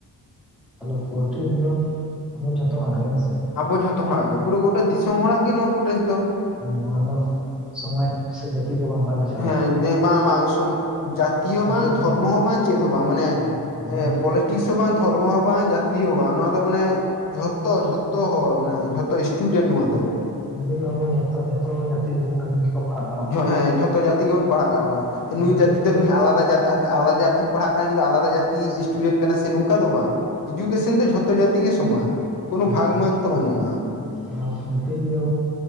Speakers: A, in the centre; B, on the left.
A: ᱟᱫᱚ ᱯᱚᱨᱴᱮᱥ ᱫᱚ ᱟᱵᱚ ᱡᱚᱛᱚ ᱦᱚᱲᱟᱜ ᱜᱮ ᱦᱮᱸ ᱥᱮ
B: ᱟᱵᱚ ᱡᱷᱚᱛᱚ ᱦᱚᱲᱟᱜ ᱜᱮ ᱯᱩᱨᱟᱹ ᱜᱚᱴᱟ ᱫᱤᱥᱚᱢ ᱦᱚᱲᱟᱜ ᱜᱮ ᱱᱚᱣᱟ ᱯᱩᱴᱮᱥ ᱫᱚ
A: ᱱᱚᱣᱟ ᱫᱚ ᱥᱚᱢᱟᱡᱽ ᱥᱮ ᱡᱟᱹᱛᱤ ᱫᱚ ᱵᱟᱭ ᱵᱟᱪᱷᱟᱣᱟᱭ
B: ᱦᱮᱸ ᱫᱮ ᱵᱟᱝ ᱵᱟᱝ ᱥᱚᱢ ᱡᱟᱛᱤ ᱦᱚᱸ
A: ᱱᱤᱛᱚᱜ
B: ᱵᱟᱝ
A: ᱡᱟᱦᱟᱸ
B: ᱫᱷᱚᱨᱢᱚ ᱦᱚᱸ ᱵᱟᱝ ᱪᱮᱫ ᱦᱚᱸ ᱵᱟᱝ ᱢᱟᱱᱮ
A: ᱱᱤᱛᱚᱜ ᱫᱚ
B: ᱮᱸ ᱯᱚᱞ ᱛᱤᱥᱦᱚᱸ ᱵᱟᱝ ᱫᱷᱚᱨᱢᱚ ᱦᱚᱸ ᱵᱟᱝ ᱡᱟᱛᱤ ᱦᱚᱸ ᱵᱟᱝ ᱱᱚᱣᱟ ᱫᱚ ᱢᱟᱱᱮ ᱡᱷᱚᱛᱚ ᱡᱷᱚᱛᱚ ᱦᱚᱲ ᱢᱟᱱᱮ ᱡᱷᱚᱛᱚ ᱤᱥᱴ ᱴᱩᱰᱮᱱᱴ ᱱᱚᱣᱟ ᱫᱚ
A: ᱱᱤᱛᱚᱜ ᱜᱮ ᱟᱵᱚ ᱡᱚᱛᱚ ᱡᱚᱛᱚ ᱡᱟᱹᱛᱤ ᱨᱮ ᱥᱚᱸᱜᱮ ᱛᱮ ᱜᱤᱠᱚ ᱯᱟᱲᱟᱜᱼᱟ᱾
B: ᱦᱳᱭ ᱦᱮᱸ ᱡᱷᱚᱛᱚ ᱡᱟᱹᱛᱤ ᱜᱮᱵᱚᱱ ᱯᱟᱲᱦᱟᱜ ᱠᱟᱱᱟ ᱵᱚᱱ ᱱᱩᱭ
A: ᱱᱤᱛᱚᱜ
B: ᱡᱟᱹᱛᱤ
A: ᱡᱩᱫᱤ
B: ᱫᱚ ᱱᱩᱭ ᱟᱞᱟᱫᱟ ᱡᱟᱫᱟᱜ ᱠᱟᱜ-ᱟ ᱟᱞᱟ ᱡᱟᱹᱛᱤᱠ ᱯᱟᱲᱦᱟᱜ ᱠᱟᱱᱟ ᱱᱩᱭᱫᱚ ᱟᱞᱟᱫᱟ ᱡᱟᱹᱛᱤ ᱤᱥᱴᱩᱰᱮᱱᱴ ᱠᱟᱱᱟ ᱥᱮ ᱱᱚᱝᱠᱟ ᱫᱚ ᱵᱟᱝ ᱮᱡᱩᱠᱮᱥᱚᱱ ᱫᱚ ᱡᱷᱚᱛᱚ ᱡᱟᱹᱛᱤ ᱜᱮ ᱥᱚᱢᱟᱱ ᱠᱳᱱᱳ
A: ᱡᱚᱦᱟᱨ
B: ᱵᱷᱟᱜᱽ ᱢᱟᱜᱽ
A: ᱜᱚᱝᱠᱮ
B: ᱫᱚ ᱵᱟᱹᱱᱩᱜᱼᱟ
A: ᱱᱩᱜᱤᱱᱧ ᱜᱤᱭᱚ